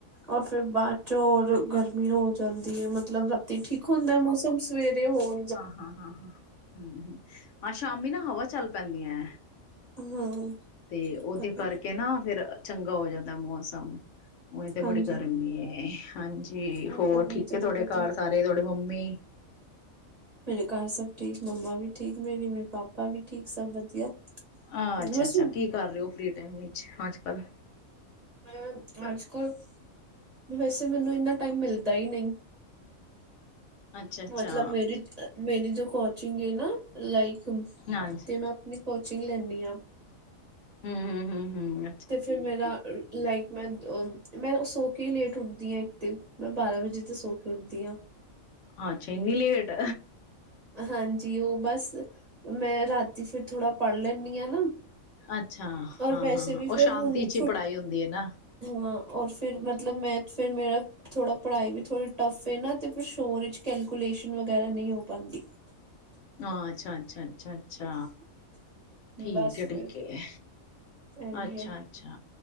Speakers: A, on the right; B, on the left.
A: ਔਰ ਫੇਰ ਬਾਦ ਚ ਹੋਰ ਗਰਮੀ ਹੋ ਜਾਂਦੀ ਹੈ ਮਤਲਬ ਟੀ ਠੀਕ ਹੁੰਦਾ ਮੌਸਮ ਸਵੇਰੇ ਹੋ
B: ਹਾਂ-ਹਾਂ, ਹਾਂ ਹੂੰ-ਹੂੰ ਹਾਂ ਸ਼ਾਮੀ ਨਾ ਹਵਾ ਚੱਲ ਪੈਂਦੀਆ।
A: ਹਮ
B: ਤੇ ਉਹਦੇ
A: ਪਤਾ
B: ਕਰਕੇ
A: ਨੀ
B: ਨਾ ਫੇਰ ਚੰਗਾ ਹੋ ਜਾਂਦਾ ਮੌਸਮ, ਉਵੇ ਤੇ
A: ਹਾਂਜੀ
B: ਬੜੀ ਗਰਮੀ ਏ ਹਾਂਜ ਤੇ
A: ਗਰਮੀ
B: ਹੋਰ ਠੀਕ
A: ਤੇ
B: ਹੈ ਤੁਹਾਡੇ
A: ਬਹੁਤ
B: ਘਰ ਸਾਰੇ ਤੁਹਾਡੇ ਮੰਮੀ।
A: ਮੇਰੇ ਘਰ ਸਭ ਠੀਕ ਮੰਮਾ ਵੀ ਠੀਕ ਮੇਰੀ, ਮੇਰੇ ਪਾਪਾ ਵੀ ਠੀਕ ਸਭ ਵਧੀਆ।
B: ਅੱ ਅੱਛਾ-ਅੱਛਾ
A: ਬਸ
B: ਕੀ ਕਰ ਰਹੇ ਹੋ ਫ੍ਰੀ ਟਾਈਮ ਵਿੱਚ ਅੱਜ ਕੱਲ।
A: ਮੈਂ ਅੱਜ ਕਲ, ਵੈਸੇ ਮੈਨੂੰ ਇੰਨਾ ਟਾਈਮ ਮਿਲਦਾ ਹੀ ਨਈ।
B: ਅੱਛਾ-ਅੱਛਾ
A: ਮਤਲਬ ਮੇਰੀ, ਮੇਰੀ ਜੋ ਕੋਚਿੰਗ ਹੈ ਨਾ ਲਾਈਕ
B: <unintelligible>
A: ਤੇੇ ਮੈਂ ਆਪਣੀ ਕੋਚਿੰਗ ਲੈਨੀ ਆ।
B: ਹੂੰ-ਹੂੰ, ਹੂੰ-ਹੂੰ
A: ਤੇ ਫਿਰ ਮੇਰਾ ਲਾਈਕ ਮੈਂ, ਮੈਂ ਸੌ ਕੇ ਹੀ ਲੇਟ ਉੱਠਦੀ ਹਾਂ ਇੱਕ ਤੇ, ਮੈਂ ਬਾਰਾਂ ਵਜੇ ਤੇ ਸੌ ਕੇ ਉੱਠਦੀ ਹਾ।
B: ਅੱਜ ਇਨੀ ਲੇਟ।
A: ਹਾਂਜੀ ਉਹ ਬਸ ਮੈਂ ਰਾਤੀ ਫਿਰ ਥੋੜ੍ਹਾ ਪੜ ਲੈਨੀ ਆ ਨਾ।
B: ਅੱਛਾ
A: ਔਰ
B: ਹਾਂ-ਹਾਂ,
A: ਵੈਸੇ
B: ਹਾਂ
A: ਵੀ
B: ਉਹ
A: ਫਿਰ
B: ਸ਼ਾਂਤੀ
A: ਹੁਣ
B: ਚ ਹੀ
A: ਛੁੱ
B: ਪੜ੍ਹਾਈ ਹੁੰਦੀ ਹੈ ਨਾ।
A: ਹਾਂ ਔਰ ਫਿਰ ਮਤਲਬ ਮੈਂ ਫਿਰ ਮੇਰਾ ਥੋੜ੍ਹਾ ਪੜ੍ਹਾਈ ਵੀ ਥੋੜ੍ਹੀ ਟੱਫ ਏ ਨਾ ਤੇ ਪਰ ਸ਼ੋਰ ਵਿੱਚ ਕੈਲਕੂਲੇਸ਼ਨ ਵਗੈਰਾ ਨਹੀ ਹੋ ਪਾਦੀ।
B: ਹਾਂ ਅੱਛਾ-ਅੱਛਾ, ਅੱਛਾ-ਅੱਛਾ ਠੀਕ
A: ਬਸ
B: ਹੈ-ਠੀਕ
A: ਫਿਰ
B: ਹੈ।
A: ਇਹੀ
B: ਅੱਛਾ,
A: ਹੈ
B: ਅੱਛਾ